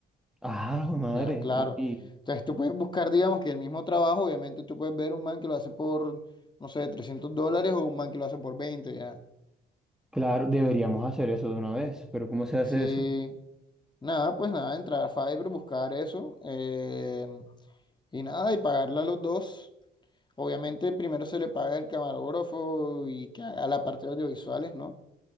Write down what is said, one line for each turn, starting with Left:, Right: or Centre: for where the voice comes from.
Centre: Ah, jue madre.
Left: Ya, claro.
Centre: Y y
Left: Entonces tú puedes buscar, digamos, que el mismo trabajo, obviamente tú puedes ver un man que lo hace por, no sé, 300 dólares o un man que lo hace por veinte ya.
Centre: claro, deberíamos hacer eso de una vez, pero ¿cómo se hace
Left: Sí,
Centre: eso?
Left: nada, pues nada, entrar a Fiverr, buscar eso eh, y nada, y pagarle a los dos. Obviamente primero se le paga el camarógrafo y que haga la parte de audiovisuales, ¿no?